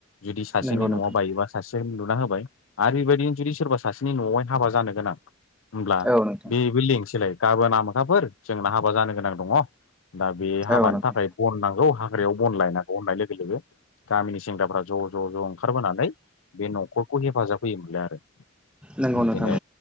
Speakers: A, on the left; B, in the centre.
A: जुदि सासेनि
B: नंगौ नोंथां
A: न'आव बायोबा सासे लुना होबाय आरो बेबायदिनो जुदि सोरबा सासेनि न'आवहाय हाबा जानो गोनां होमब्ला
B: औ नोंथां
A: बे बिल्डिंसोलाय गाबोना आमोखाफोर जोंना हाबा जानो गोनां दङ दा बे हाबानि
B: औ नोंथां
A: थाखाय बन नांगौ हाग्रायाव बन लायनांगौ होननाय लोगो लोगो गामिनि सेंग्राफ्रा ज' ज' ज' ओंखारबोनानै बे न'खरखौ हेफाजाब होयोमोनलाय आरो
B: नंगौ
A: बिदिनो
B: नोंथां